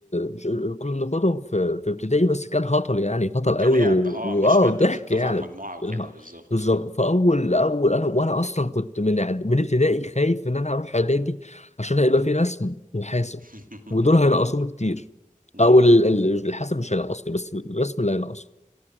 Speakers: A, on the left (about 55°); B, on the right (about 85°).
A: مش كنا بناخدهم في في ابتدائي بس كان هطل يعني هطل قوي
B: كلاعب
A: و-
B: اه
A: واه
B: مش مادة
A: ضحك
B: بتضاف
A: يعني
B: على المجموعة
A: <laughs>
B: وكده
A: بالها-
B: بالظبط
A: بالظبط فاول اول انا وانا اصلا كنت من إعد- من ابتدائي خايف ان انا اروح اعدادي عشان هيبقى في رسم وحاسب
B: <laughs>
A: ودول هينقصوني كتير
B: مم.
A: او ال- ال- الحاسب مش هينقصني بس الرسم اللي هينقصني